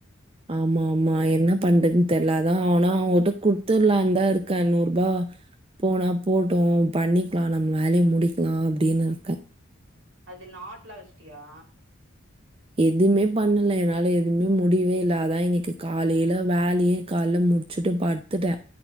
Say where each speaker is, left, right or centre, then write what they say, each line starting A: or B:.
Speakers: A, on the right; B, on the right.
A: ஆமா ஆமா என்ன பண்றதுன் தெர்ல அதா ஆனா அவங்கிட்ட குட்த்துர்லான்தா இருக்கே நூறுபா போனா போட்டு பண்ணிக்கலா நம்ம வேலய முடிக்கலா அப்டின்னு இருக்க
B: அது நாட்ல்லா வெச்சுட்டியா?
A: எதுமே பண்ணல என்னால எதுமே முடிவேயில்ல அதா இன்னைக்கு காலைல வேலயே கால்ல மு டுச்சுட்டு படுத்துட்ட